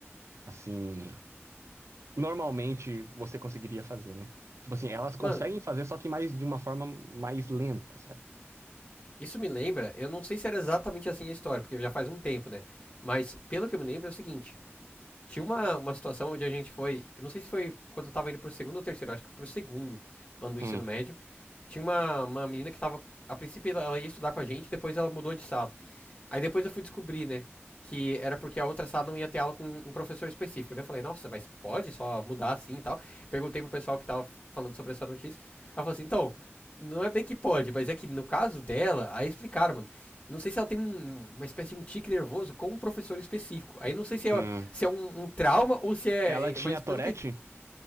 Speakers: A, on the right (about 85°); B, on the left (about 30°).
A: assim, normalmente você conseguiria fazer, né? Tipo assim, elas conseguem
B: Mano,
A: fazer, só que mais de uma forma mais lenta, sabe?
B: isso me lembra, eu não sei se era exatamente assim a história, porque já faz um tempo, né? Mas pelo que eu me lembro é o seguinte: tinha uma, uma situação onde a gente foi, eu não sei se foi quando eu tava indo pro segundo ou terceiro, eu acho que pro segundo ano do
A: Hum,
B: ensino médio. Tinha uma, uma menina que tava. A princípio ela- ela ia estudar com a gente, depois ela mudou de sala. Aí depois eu fui descobrir, né? Que era porque a outra sala não ia ter aula com um professor específico. Daí eu falei, nossa, mas pode só mudar assim e tal. Perguntei pro pessoal que tava falando sobre essa notícia. Ela falou assim, então, não é bem que pode, mas é que no caso dela, aí explicaram, mano. Não sei se ela tem um- uma espécie de um tique nervoso com um professor específico. Aí não sei se é,
A: hum.
B: se é um, um trauma ou se é.
A: Ela tinha
B: é- Mas
A: Tourette?
B: pelo que.